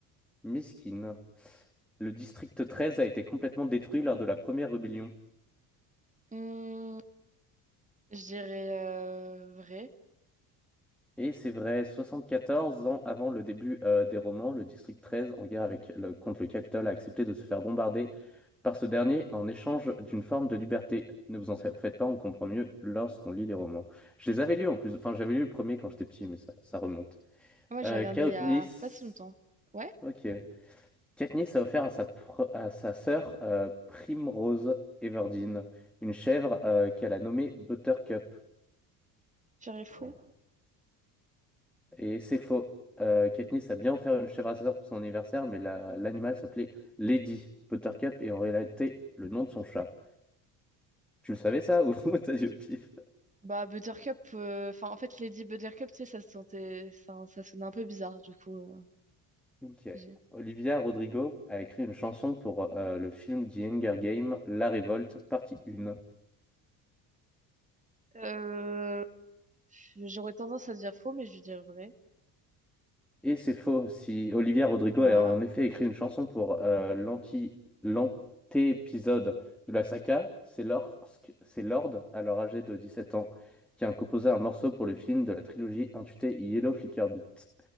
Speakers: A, in the centre; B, on the right (about 15°).
A: Miskin. Le district 13 a été complètement détruit lors de la première rébellion.
B: Hum, <laughs> je dirais euh, vrai.
A: Et c'est vrai, 74 ans avant le début euh, des romans, le district 13, en guerre avec le- contre le Capitole, a accepté de se faire bombarder par ce dernier en échange d'une forme de liberté. Ne vous en faites pas, on comprend mieux lorsqu'on lit les romans. Je les avais lus en plus, enfin j'avais lu le premier quand j'étais petit, mais ça, ça remonte.
B: Moi, j'ai
A: Euh,
B: regardé
A: Katniss,
B: il y a pas si longtemps. Ouais,
A: ok. Katniss a offert à sa, pro- à sa sœur euh, Primrose Everdeen une chèvre euh, qu'elle a nommée Buttercup.
B: je dirais faux.
A: Et c'est faux. Euh, Katniss a bien offert une chèvre à sa sœur pour son anniversaire, mais la- l'animal s'appelait Lady Buttercup et en réalité le nom de son chat. Tu le savais ça ou <laughs> t'as dit au pif?
B: Bah, Buttercup, euh, enfin, en fait, Lady Buttercup, tu sais, ça se sentait, ça, ça sonnait un peu bizarre, du coup. euh,
A: Ok.
B: j'ai-
A: Olivia Rodrigo a écrit une chanson pour euh, le film The Hunger Games*, La Révolte, partie 1.
B: Euh, j'aurais tendance à dire faux, mais je vais dire vrai.
A: Et c'est faux, si Olivia Rodrigo
B: Voilà,
A: a en effet écrit une chanson pour euh, l'anti, l'anté-épisode de la saga, c'est lorsque, c'est Lorde, alors âgé de 17 ans, qui a composé un morceau pour le film de la trilogie intitulée Yellow Flicker Beat.